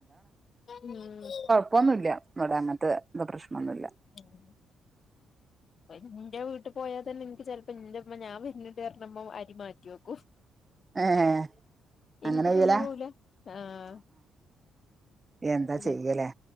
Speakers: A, on the left (about 50°); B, on the right (about 25°).
A: മ്
B: പ്പൊന്നുല്ല ഇവിടെ അങ്ങനത്തെ എന്ത പ്രശ്നമൊന്നുല്ല
A: മ് എന്റെ വീട്ടിൽ പോയാൽ തന്നെ എനിക്ക് ചിലപ്പോ ഇന്റെമ്മ ഞാൻ വരിന്നതാരണമ്മ അരി മാറ്റി വെക്കും
B: ഏഹ്
A: എനക്ക്തിന്നാവൂല്ല
B: അങ്ങനെ ചെയ്യലാ
A: ആഹ്
B: എന്താ
A: അത്
B: ചെയ്യലേ